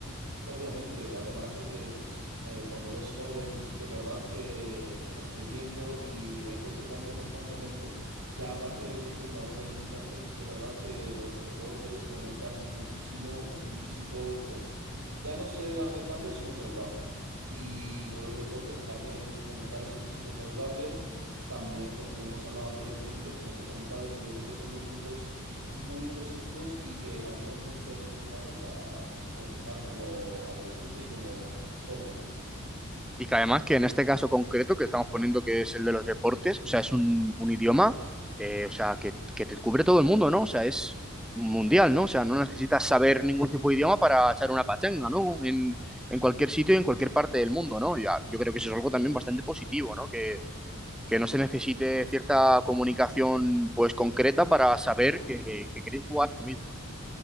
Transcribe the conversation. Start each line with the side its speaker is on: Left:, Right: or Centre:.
Right: Obviamente, además de que, pues, eh, cuando eres joven, sí que es verdad que estás creciendo y el cuerpo cambia constantemente. Ya aparte de que tienes que tener una buena alimentación, sí que es verdad que los deportes fomentan muchísimo un físico, pues, ya no ser aceptable, sino saludable. Y con los deportes, aparte de fomentar ese físico saludable, también, pues como hemos hablado anteriormente, fomentas amistades y yo creo que son dos puntos muy positivos y que ayudan mucho en estas edades a pues, progresar como adolescente y como joven.
Centre: Y que además que en este caso concreto que estamos poniendo que es el de los deportes, o sea, es un, un idioma, eh, o sea, que, que te cubre todo el mundo, ¿no? O sea, es mundial, ¿no? O sea, no necesitas saber ningún tipo de idioma para echar una pachanga, ¿no? En, en cualquier sitio y en cualquier parte del mundo, ¿no? Ya, yo creo que eso es algo también bastante positivo, ¿no? Que, que no se necesite cierta comunicación, pues, concreta para saber que, que queréis jugar lo mismo.